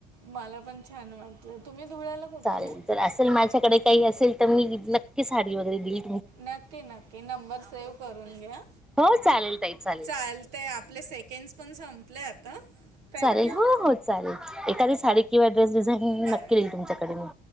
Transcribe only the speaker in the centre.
चालेल
तर असेल माझ्याकडे काही असेल तर मी नक्की साडी वगैरे दिली
हो चालेल ताई चालेल.
चालेल हो हो चालेल एखादी साडी किंवा ड्रेस डिझाईन
नक्की
देईल तुमच्याकडे मी.